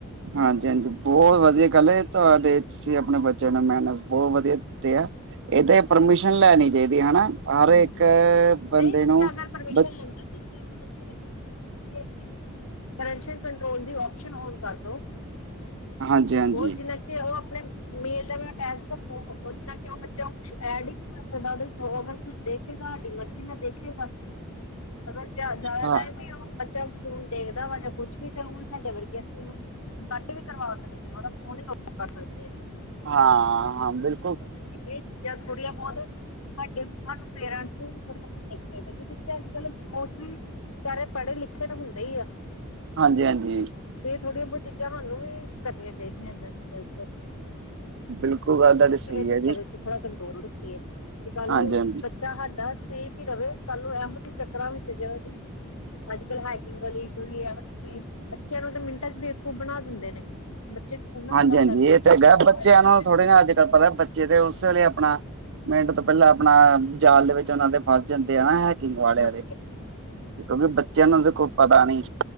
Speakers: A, on the right; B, on the left.
A: ਹਾਂਜੀ ਹਾਂਜੀ, ਬਹੁਤ ਵਧੀਆ ਗੱਲ ਏ ਇਹ ਤੁਹਾਡੇ 'ਚ, ਤੁਸੀਂ ਆਪਣੇ ਬੱਚਿਆਂ ਨੂੰ ਮੈਨਰਸ, ਬਹੁ ਵਧੀਆ ਦਿੱਤੇ ਆ। ਇਹ ਤੇ ਪਰਮਿਸ਼ਨ ਲੈਣੀ ਚਾਹੀਦੀ, ਹਨਾ, ਹਰ
B: ਹਾਂਜੀ।
A: ਇੱਕ
B: ਨਹੀਂ
A: ਬੰਦੇ
B: ਬੱਚਾ
A: ਨੂੰ
B: ਅਗਰ ਪਰਮਿਸ਼ਨ
A: ਬ
B: ਲੈਂਦਾ, ਤੁਸੀਂ ਉਹਦੇ ਬੱਚੇ <unintelligible> ਪੈਰੇਂਟਲ ਕੰਟਰੋਲ ਦੀ, ਆਪਸ਼ਨ ਓਨ ਕਰਦੋ
A: ਹਾਂਜੀ ਹਾਂਜੀ
B: ਹੋਰ ਜਿੰਨ ਜੇ ਉਹ ਆਪਣੇ ਮੇਲ ਦਾ ਟੈਸਟ ਰੱਖੋ, ਉਹ ਨਾਲ ਕਿ ਉਹ ਬੱਚਾ ਐਡ ਹੀ ਉਸਦੇ ਬਾਦ ਵਿੱਚ, ਅਗਰ ਕੁਛ ਦੇਖੇਗਾ ਸਾਡੀ ਮਰਜ਼ੀ ਨਾਲ ਦੇਖੇਗਾ, ਅਗਰ ਜਜ਼ਿਆਦਾ
A: ਹਾਂ
B: ਟਾਈਮ ਨ ਫੋਨ ਦੇਖਦਾ ਵਾ ਜਾਂ ਕੁਛ ਵੀ, ਤੇ ਉਹ ਸਾਡੇ ਵਰਗੇ ਸੀ ਹੁਣ ਕੱਟ ਵੀ ਕਰਵਾ ਸਕਦੇ ਆ, ਉਹਦਾ ਫੋਨ ਹੀ ਬੰਦ ਕਰ ਸਕਦੇ ਆ
A: ਹਾਂ ਹਾਂ, ਬਿਲ
B: ਹਾਂਜੀ, ਇਹ ਚੀਜ਼ਾਂ ਥੋੜੀਆਂ ਬਹੁਤ ਸਾਡੇ ਸਾਨੂੰ ਪੇਰੈਂਟਸ ਨੂੰ, ਥੋੜੀਆਂ ਦੇਖਣੀਆਂ ਚਾਹੀਦੀਆਂ। ਕਿਉਂਕਿ ਅੱਜ ਕੱਲ ਮੋਸਟਲੀ ਸਾਰੇ, ਪੜ੍ਹੇ-ਲਿਖੇ ਤਾਂ ਹੁੰਦੇ ਹੀ ਆ।
A: ਹਾਂਜੀ-ਹਾਂਜੀ।
B: ਤੇ ਥੋੜੀਆਂ ਬਹੁਤ ਚੀਜ਼ਾਂ ਸਾਨੂੰ ਵੀ, ਕਰਨੀਆਂ ਚਾਹੀਦੀਆਂ ਇਹਨਾਂ ਚੀਜ਼ਾਂ ਉੱਤੇ ਅਮਲ ਚਾਹੀਦਾ ਕਿ,
A: ਬਿਲਕੁਲ ਗੱਲ ਤੁਹਾਡੀ ਸਹੀ
B: ਬੱਚਿਆਂ
A: ਹੈ ਜੀ
B: ਦੇ ਉੱਤੇ ਥੋੜਾ ਕੰਟਰੋਲ ਰੱਖੀਏ, ਤੇ ਕੱਲ
A: ਹਾਂਜੀ
B: ਨੂੰ
A: ਹਾਂਜੀ
B: ਬੱਚਾ ਹਾਡਾ ਸੇਫ ਹੀ ਰਵੇ, ਕੱਲ ਨੂੰ ਇਹੋ ਜਿਹੀ ਚੱਕਰਾਂ ਵਿੱਚ ਜਿਵੇਂ ਜੀ ਅੱਜ-ਕੱਲ੍ਹ ਹੈਕਿੰਗ ਵਾਲੀ ਕੋਈ ਇਹੋ ਜਿਹੀ ਕੋਈ, ਬੱਚਿਆਂ ਨੂੰ ਤਾਂ ਮਿੰਟਾਂ ਚ' ਬੇਵਕੂਫ ਬਣਾ ਦਿੰਦੇ ਨੇ। ਬੱਚੇ ਥੋੜ੍ਹਾ ਨਾ
A: ਹਾਂਜੀ-ਹਾਂਜੀ
B: ਪਤਾ ਹੁੰਦਾ ਕਿ
A: ਇਹ ਤੇ ਹੈਗਾ,
B: ਲੱਗਾ
A: ਬੱਚਿਆਂ
B: ਹੋਇਆ ਬੰਦਾ।
A: ਨੂੰ ਥੋੜ੍ਹੇ ਨਾ, ਅੱਜ-ਕੱਲ੍ਹ ਪਤਾ ਬੱਚੇ ਤੇ ਉਸ ਵੇਲੇ ਆਪਣਾ, ਮਿੰਟ ਤੋਂ ਪਹਿਲਾਂ ਆਪਣਾ, ਜਾਲ ਦੇ ਵਿੱਚ ਉਹਨਾਂ ਦੇ ਫਸ ਜਾਂਦੇ ਆ, ਹੈਕਿ ਹੈਕਿਂਗ ਵਾਲਿਆਂ
B: ਹਾਂਜੀ
A: ਦੇ, ਕਿਉਂਕਿ
B: ਹਾਂਜੀ ਹਾਂਜੀ
A: ਬੱਚਿਆਂ ਨੂੰ ਦੇਖੋ ਪਤਾ ਨੀ।